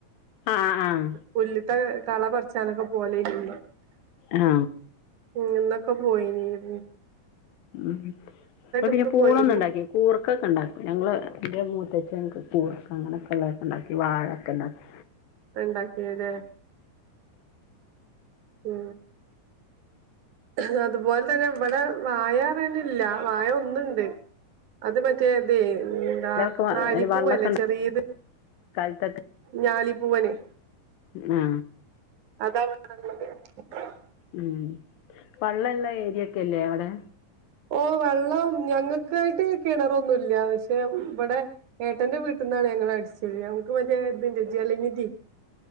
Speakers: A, on the left; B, on the right.
A: ആഹ് ആഹ്
B: പുല്ല്ത്തെ കള പറച്ചാനക്കെ പോലെയുള്ളെ
A: അഹ്
B: ഇന്നൊക്കെ പോയേനേര്ന്ന്
A: ഉം പ്പ പിന്നെ
B: ഉമ്മ
A: പൂളൊന്നൊണ്ടാക്കി
B: പോയി
A: കൂർക്കക്കെണ്ടാക്കും ഞങ്ങള് എന്റെ മൂത്തച്ച എൻക് കൂർക്ക അങ്ങനെക്കൊള്ളേഉണ്ടാക്കി വാഴക്കെ ഉണ്ടാക്കി
B: ണ്ടാക്കിയല്ലേ ഉ ഹ് അതുപോലെ തന്നെ ഇവിടെ വാഴെറയനില്ല വാഴ ഒന്നുണ്ട് അത് മറ്റേ ഇതേ
A: അതിലൊക്കെ
B: ദാ നാലിപ്പൂവല്ലേ
A: വള്ളൊക്കെ ഉണ്ടാ
B: ചെറിയത്
A: കാലത്തൊക്കെ
B: ഞാലിപ്പൂവന്
A: നാ
B: അതാണ് <unintelligible> അതെ <unintelligible>
A: ഉ വള്ളംള്ള ഏരിയക്കെയല്ലേ അവിടെ
B: ഓ വെള്ളം ഞങ്ങക്കായിട്ട് കിണറൊന്നുല്ല പക്ഷെ വിടെ ഏട്ടന്റെ വീട്ടിന്നാണ് ഞങ്ങള് അടിച്ചഴ്ക നമുക്ക് മറ്റേ ഇതിണ്ട് ജലനിധി